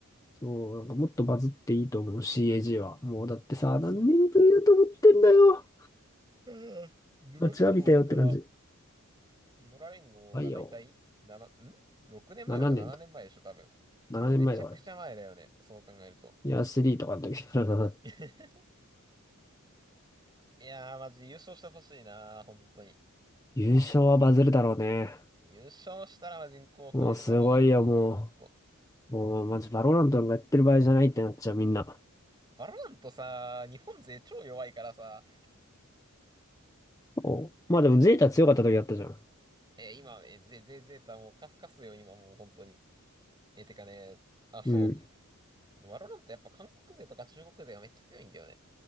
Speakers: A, on the left (about 15°); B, on the right (about 20°).
A: そう、なんかもっとバズっていいと思う、CAG は。もうだってさ、
B: う。そう。
A: 何年ぶりだと思ってんだよ。
B: うん野良連合だから、
A: 待ちわびたよって感じ。
B: 野良連合がだいたいななん
A: ばいよ。
B: ?6 年前だか7年前でしょ、
A: 7年と、
B: 多分。
A: 7年前とかだった。
B: いや、めちゃくちゃ前だよね、そう考えると。
A: いや、3とかの時だな。
B: <laughs> いやー、マジで優勝してほしいなー、本当に。
A: <laughs> 優勝はバズるだろうね。
B: 優勝したら人口増えるだろうなー、
A: もうすごいよ、も
B: 本当。
A: う。もう、マジバロラントなんかやってる場合じゃないってなっちゃう、みんな。
B: バロラントさー、日本勢超弱いからさ、
A: お、まあでも、
B: <laughs> そう。
A: ゼータ強かった時あったじゃん。
B: えー、今、えー、ゼ、ゼ、ゼータもうカフカスよ、今もう本当に。えー、てかね、あ、そ
A: うん。
B: う。バロラントやっぱ韓国勢とか中国勢がめっちゃ強いんだよね。